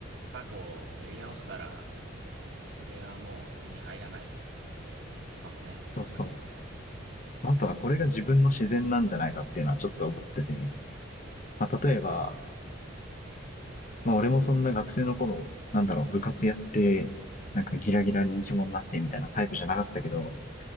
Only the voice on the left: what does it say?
そうそ
う。あとはこれが自分の自然なんじゃないかっていうのはちょっと思ってて、まあ、例えば、
まあ、俺もそんな学生の頃、なんだろう、部活やって、なんかギラギラ人気者になってみたいなタイプじゃなかったけど、